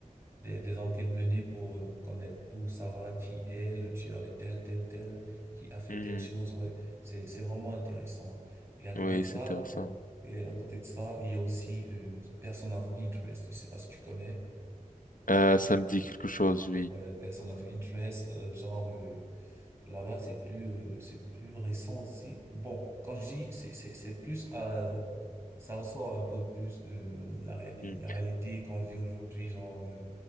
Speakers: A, on the right; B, on the left.
A: des des enquêtes menées pour euh, connaître pour savoir qui est le tueur de tel tel tel qui a fait
B: Mhm.
A: telle chose ouais c'est c'est vraiment intéressant et à côté
B: Oui,
A: de ça
B: c'est intéressant.
A: ouais, et à côté de ça il y a aussi euh, Person of Interest je sais pas si tu connais
B: Euh, ça me dit quelque chose, oui.
A: ouais Person of Interest euh, genre euh, Là-bas, c'est plus, euh, c'est plus récent aussi. Bon, quand je dis, c'est, c'est, c'est plus, euh, ça ressort un peu plus euh, la, réali-
B: Mm.
A: la réalité qu'on vit aujourd'hui. Genre, euh,